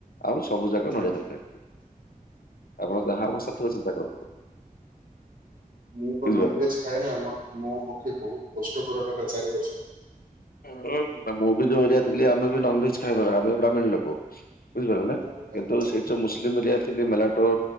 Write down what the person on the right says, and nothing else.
ହୁଁ
ମୁଁ ତ
ନନ୍ଭେଜ୍ ଖାଏନା ମ ମୋ ପକ୍ଷେ ବହୁତ କଷ୍ଟକର ହେଲା ଚାରିବର୍ଷ।
ମୁଁ ବି ଭାଇ
ବ୍ରାହ୍ମଣ